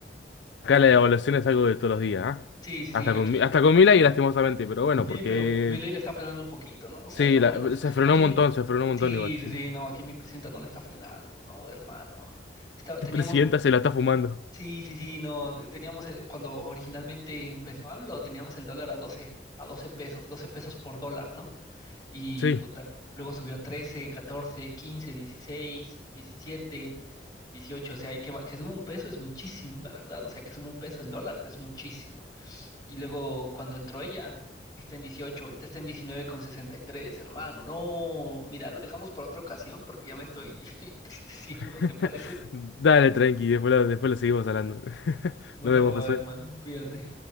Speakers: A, on the left; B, on the left.
A: acá la devaluación es algo de todos los días, ¿ah?
B: Sí, sí,
A: Hasta
B: sí, aquí,
A: con, Mi-
B: aquí-
A: hasta con Milei, lastimosamente, pero bueno,
B: sí,
A: porque
B: pero mi ley la está frenando un poquito, ¿no? O
A: sí,
B: sea, es lo
A: la-
B: bueno.
A: se frenó
B: Aquí
A: un
B: mi,
A: montón, se frenó un montón
B: sí,
A: igual,
B: sí,
A: sí.
B: sí,
A: sí.
B: no,
A: <laughs>
B: aquí mi presidenta no la está frenando, no, hermano. Está- teníamos
A: El presidenta se la está fumando.
B: Sí, sí, sí, no, teníamos, el- cuando originalmente empezó AMLO, teníamos el dólar a doce a 12 pesos, 12 pesos por dólar, ¿no? Y
A: Sí.
B: puta, luego subió a 13, 14, 15, 16, 17, 18. o sea, y que, va- que suba un peso es muchísimo, la verdad, o sea, que suba un peso el dólar es muchísimo. Y luego cuando entró ella, está en 18. ahorita está en diecinueve con sesenta y tres, hermano, no, mira, lo dejamos para otra ocasión porque ya me estoy <laughs> entristeciendo,
A: <laughs>
B: ¿te parece?
A: Dale, tranqui, después lo, después lo seguimos hablando. <laughs>
B: Va,
A: Nos
B: va,
A: vemos,
B: va,
A: José.
B: hermano, cuídate.